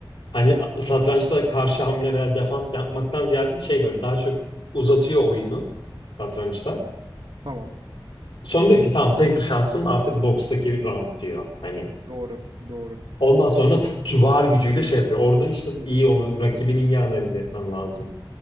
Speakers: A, on the left; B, on the right.
A: Hani satrançta karşı hamle veya defans yapmaktan ziyade şey böyle daha çok uzatıyor oyunu satrançta.
B: Tamam.
A: Sonra diyor ki tamam tek şansım artık bokstaki round diyor. Hani
B: Doğru. Doğru.
A: ondan sonra t- var gücüyle şey yapıyor. Orada işte iyi onu rakibini iyi analiz etmen lazım.